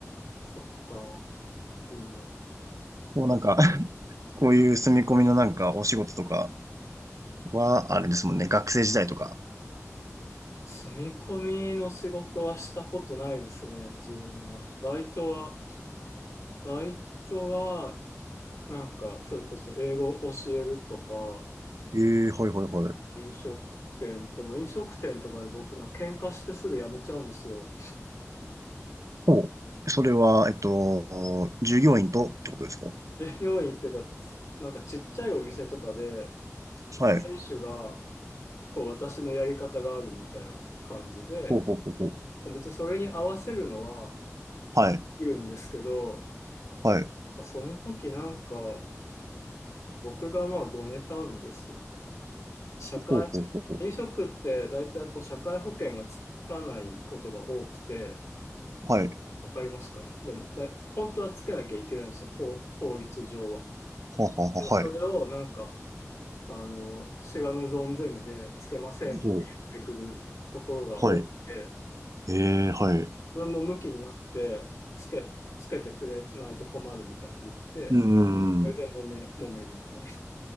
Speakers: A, on the left; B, on the right.
A: そっか。いいね。
B: こうなんか <laughs> こういう住み込みのなんかお仕事とかは、あれですもんね、学生時代とか。
A: 住み込みの仕事はしたことないですね、自分は。バイトは、バイトは、なんか、それこそ英語を教えるとか、
B: ええはいはいはい。
A: 飲食店、でも飲食店とかで僕な、喧嘩してすぐ辞めちゃうんですよ。
B: ほう。それは、えっと、従業員とってことですか
A: 従業員っていうか、なんかちっちゃいお店とかで、
B: はい。
A: 店主がこう私のやり方があるみたいな感じで、
B: ほうほうほうほう。
A: 別にそれに合わせるのは
B: はい。
A: いるんですけど、
B: はい。
A: その時なんか僕がまあごねたんですよね。なんか社会、
B: ほうほうほうほう。
A: 飲食って大体こう社会保険がつかないことが多くて、
B: はい。
A: わかりますかね。でも、だい本当はつけなきゃいけないんですよ、法、法律上は。
B: はははは、
A: でもそれをなんか
B: はい。
A: あの、知らぬ存ぜぬでつけませんって言ってくるところが多くて、
B: ほう。はい。ええはい。
A: 自分も向きになってつけ、つけてくれないと困るみたいなの言って、
B: うーん。
A: それで揉め、揉めるみたいな。そ